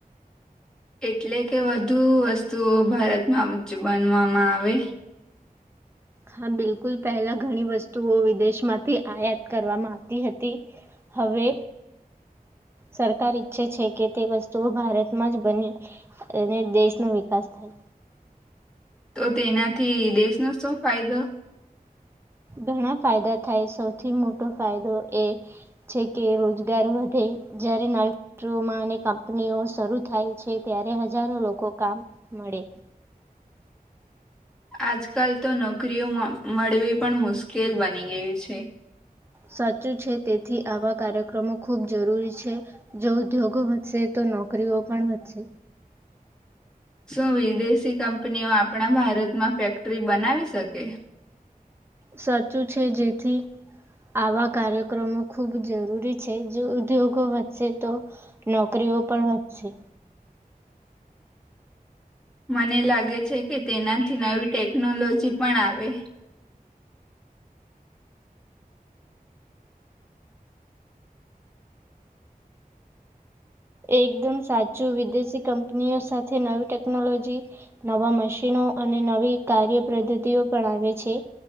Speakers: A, in the centre; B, on the right.
A: એટલે કે વધુ વસ્તુઓ ભારતમાં બનવામાં આવે
B: હા બિલકુલ પહેલા ઘણી વસ્તુઓ વિદેશમાંથી આયાત કરવામાં આવતી હતી હવે સરકાર ઈચ્છે છે કે તે વસ્તુઓ ભારતમાં જ બની અને દેશનો વિકાસ થાય
A: તો તેનાથી દેશનો શું ફાયદો
B: ઘણા ફાયદા થાય સૌથી મોટો ફાયદો એ છે કે રોજગાર વધે જ્યારે નવી ફમાં અને કંપનીઓ શરૂ થાય છે ત્યારે હજારો લોકો કામ મળે
A: આજકાલ તો નોકરીઓ મળવી પણ મુશ્કેલ બની ગયું છે
B: સાચું છે તેથી આવા કાર્યક્રમો ખૂબ જરૂરી છે જો ઉદ્યોગો વધશે તો નોકરીઓ પણ વધશે
A: શું વિદેશી કંપનીઓ આપણા ભારતમાં ફેક્ટરી બનાવી શકે
B: સાચું છે જેથી આવા કાર્યક્રમો ખૂબ જરૂરી છે જો ઉદ્યોગો વધશે તો નોકરીઓ પણ વધશે
A: મને લાગે છે કે તેનાથી નવી ટેકનોલોજી પણ આવે
B: એકદમ સાચું વિદેશી કંપનીઓ સાથે નવી ટેકનોલોજી નવા મશીનો અને નવી કાર્યપદ્ધતિઓ પણ આવે છે